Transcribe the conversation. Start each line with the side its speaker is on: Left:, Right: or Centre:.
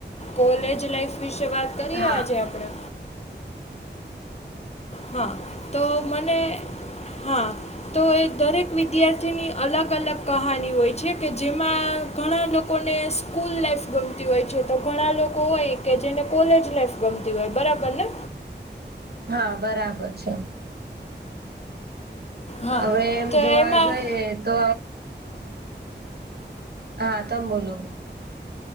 Left: કોલેજ લાઈફ વિશે વાત કરીએ
Right: હા
Left: આજે આપણે. હા તો મને હા તો એ દરેક વિદ્યાર્થી થી ની અલગ અલગ કહાની હોય છે કે જેમાં ઘણા લોકોને સા સ્કૂલ લાઈફ ગમતી હોય છે તો ઘણા લોકો હોય કે જેને કોલેજ લાઈફ ગમતી હોય બરાબર ને.
Right: હા બરાબર છે.
Left: હા
Right: હવે એમ
Left: તો
Right: જોવા
Left: એમાં
Right: જઈએ તો હા તમ બોલો.